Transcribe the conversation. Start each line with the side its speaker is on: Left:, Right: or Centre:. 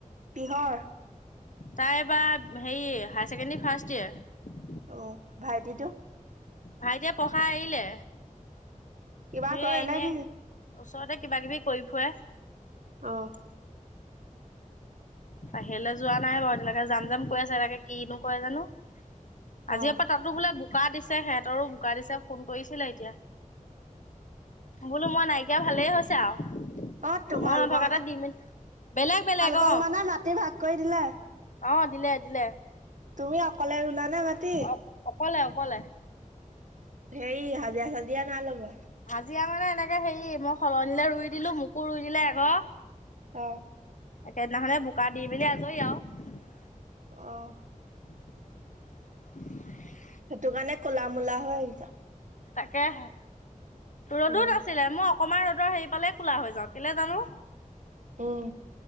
Right: কিহৰ?
Left: তাই এবাৰ হেৰি হাই ছেকেণ্ডেৰী ফাৰ্ষ্ট ইয়েৰ।
Right: অ', ভাইটিটো?
Left: ভাইটিয়ে পঢ়া এৰিলে।
Right: কিবা
Left: সেয়ে
Right: কৰেনে
Left: এনেই
Right: কি?
Left: ওচৰতে কিবা, কিবি কৰি ফুৰে।
Right: অ'।
Left: বাহিৰলে যোৱা নাই বাৰু এতিয়ালৈকে যাম, যাম কৈ আছে, তাকে, কিনো কৰে জানোঁ? আজিৰে
Right: অ
Left: পৰা তাতো বোলে বোকা দিছে, সিহেঁতৰো বোকা দিছে, ফোন কৰিছিলে এতিয়া। বোলোঁ মই নাইকিয়া ভালেই হৈছে আৰু।
Right: অ তোমালোকৰ
Left: মই নথকাতে দি, মেলি বেলেগ, বেলেগ।
Right: কক,
Left: অ
Right: মানে মাটি ভাগ কৰি দিলে।
Left: অ দিলে দিলে
Right: তুমি অকলে ৰুলানে মাতি?
Left: অ অকলে অকলে।
Right: হেই হাজিৰা, চাজিৰা নাই লগোৱা?
Left: হাজিৰা মানে এনেকে হেৰি মই সলনিলে ৰুই দিলোঁ, মোকো ৰুই দিলে এঘৰ
Right: অ'।
Left: সেইদিনাখনে বোকা দি মেলি আজৰি আৰু।
Right: অহ।
Left: <unintelligible>
Right: সেইটো কাৰণে ক'লা-মূলা হৈ আহিছা।
Left: তাকেহে ৰ'দো
Right: উম
Left: নাছিলে মোক অকমান ৰ'দৰ হেৰি পালে কোলা হৈ যাওঁ কেলৈ জানো।
Right: অহ।